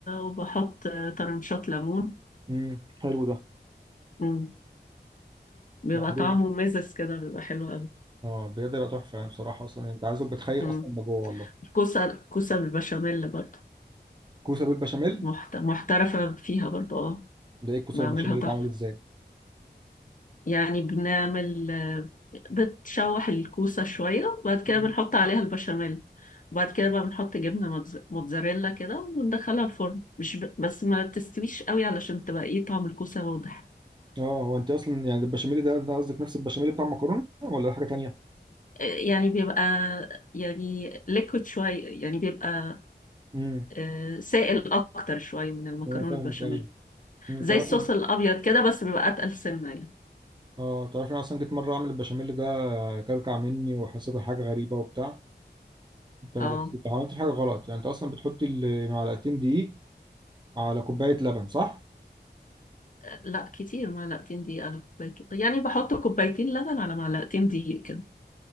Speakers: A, on the left; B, on the right.
A: وبحط طرنشات ليمون
B: مم. حلو ده
A: مم. بيبقى
B: معروف
A: طعمه مزز كده بيبقى حلو
B: اه بجد بقى تحفة يعني بصراحة أصلا يعني أنت عايزك بتخيل
A: قوي
B: أصلا ما جوه والله
A: كوسة كوسة بالبشاميل برضه
B: كوسة بالبشاميل
A: محت... محترفة فيها برضه اه
B: ده إيه الكوسة
A: بعملها
B: بالبشاميل
A: تحفة
B: دي اتعمل إزاي؟
A: يعني بنعمل آه، بتشوح الكوسة شوية وبعد كده
B: مم.
A: بنحط عليها البشاميل وبعد كده بقى بنحط جبنة موتز- موتزاريلا كده وندخلها الفرن مش ب... بس ما تستويش قوي علشان تبقى ايه طعم الكوسة واضح
B: اه هو أنت أصلا يعني البشاميل ده ده قصدك نفس البشاميل بتاع المكرونة ولا حاجة تانية؟
A: آه، يعني بيبقى يعني ليكويد شوية يعني بيبقى
B: مم.
A: آه، سائل أكتر شوية من المكرونة
B: انا فاهمك
A: البشاميل
B: ايوه أمم،
A: زي
B: تعرفي
A: الصوص الأبيض كده بس بيبقى أتقل سنة يعني
B: اه تعرفي أنا اصلا جيت مره اعمل البشاميل ده كلكع مني وحسيتها حاجه غريبه وبتاع انت بس
A: اه
B: انت عملت حاجه غلط يعني انت اصلا بتحطي ال- معلقتين دقيق على كوبايه لبن صح؟
A: لا كتير معلقتين دقيق على كوبايتين يعني بحط كوبايتين لبن على معلقتين دقيق كده